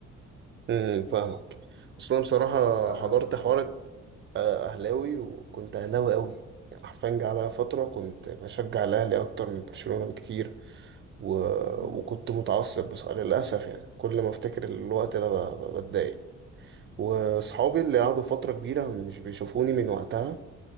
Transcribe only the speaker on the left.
أنت أهلي
ولا زمالك
بقى
مم.